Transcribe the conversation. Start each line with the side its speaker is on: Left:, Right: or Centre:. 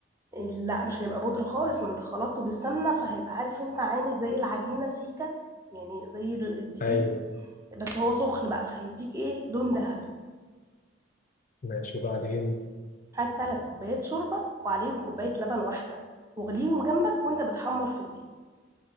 Right: لا مش هيبقى بودرة خالص ما انت خلطته بالسمنة فهيبقى عارف انت عامل زي العجينة سيكة يعني زي ال- الدقيق
Left: ايوه
Right: بس هو سخن بقى فهيديك ايه لون ذهبي
Left: ماشي وبعدين
Right: هات تلات كوبايات شوربة وعليهم كوباية لبن واحدة واغليهم جنبك وانت بتحمر في الدقيق